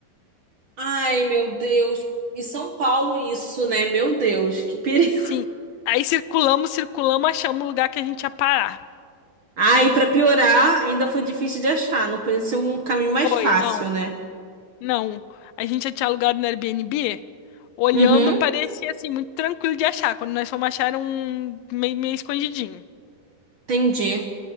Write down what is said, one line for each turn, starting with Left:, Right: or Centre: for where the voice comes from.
Right: Ai, meu Deus. Em São Paulo, isso, né? Meu Deus, que perigo.
Left: Assim, aí circulamos, circulamos, achamos o lugar que a gente ia parar.
Right: Ah, e pra piorar, ainda foi difícil de achar. Não podia ser um caminho mais
Left: Foi,
Right: fácil,
Left: não,
Right: né?
Left: não. A gente já tinha alugado no Airbnb. Olhando,
Right: Uhum,
Left: parecia assim, muito tranquilo de achar. Quando nós fomos achar, era um meio, meio escondidinho.
Right: entendi.